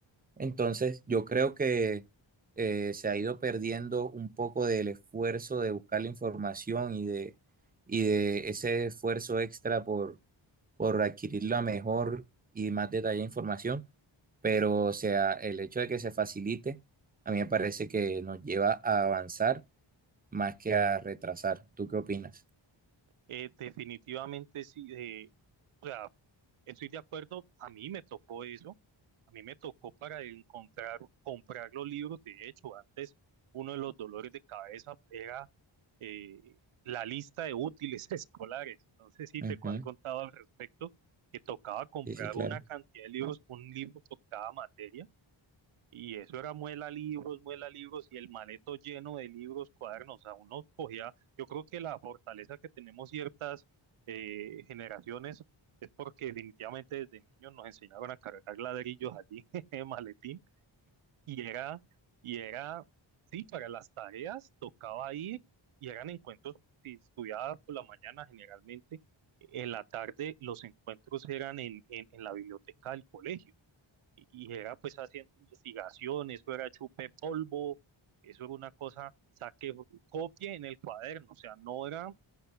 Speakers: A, on the right; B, on the right.
A: Entonces, yo creo que eh, se ha ido perdiendo un poco del esfuerzo de buscar la información y de, y de ese esfuerzo extra por, por adquirir la mejor y más detallada información, pero o sea, el hecho de que se facilite, a mí me parece que nos lleva a avanzar más que a retrasar. ¿Tú qué opinas?
B: Eh, definitivamente sí, eh, o sea, estoy de acuerdo, a mí me tocó eso, a mí me tocó para encontrar, comprar los libros, de hecho, antes uno de los dolores de cabeza era eh, la lista de útiles <laughs> escolares, no sé si
A: Ujú,
B: te han contado al respecto, que tocaba comprar
A: Sí, sí, claro.
B: una cantidad de libros, un libro por cada materia, y eso era muela libros, muela libros y el maleto lleno de libros, cuadernos. A uno cogía, yo creo que la fortaleza que tenemos ciertas eh, generaciones es porque definitivamente desde niños nos enseñaban a cargar ladrillos allí <laughs> en maletín y era, y era, sí, para las tareas tocaba ir y eran encuentros, si estudiaba por la mañana generalmente, en la tarde los encuentros eran en, en en la biblioteca del colegio y y era pues haciendo investigación, eso era chupe polvo, eso era una cosa, saque copie en el cuaderno, o sea, no era,